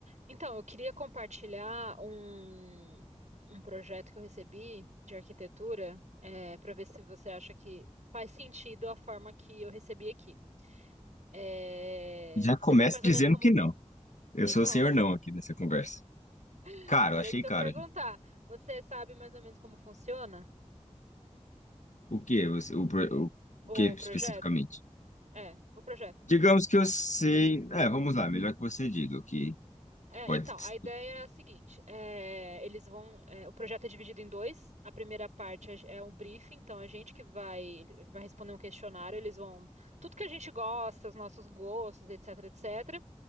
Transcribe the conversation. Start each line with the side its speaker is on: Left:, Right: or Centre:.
Right: Então, eu queria compartilhar um, um projeto que eu recebi de arquitetura, para ver se você acha que faz sentido a forma que eu recebi aqui. É,
Left: Já começa
Right: você sabe mais
Left: dizendo
Right: ou menos como.
Left: que não. Eu
Right: Então,
Left: sou o senhor não aqui nessa conversa.
Right: <laughs>
Left: Caro,
Right: era
Left: achei
Right: isso que
Left: caro.
Right: eu ia perguntar.
Left: já.
Right: Você sabe mais ou menos como funciona
Left: O que você, o, pro- o,
Right: o
Left: o que especificamente?
Right: projeto? É, o projeto.
Left: Digamos que eu sei. É, vamos lá, melhor que você diga o que que
Right: É,
Left: pode
Right: então, a
Left: ser.
Right: ideia é a seguinte: é, eles vão. é, o projeto é dividido em dois. A primeira parte é é um briefing, então a gente que vai, vai responder um questionário, eles vão. Tudo que a gente gosta, os nossos gostos, etc, etc.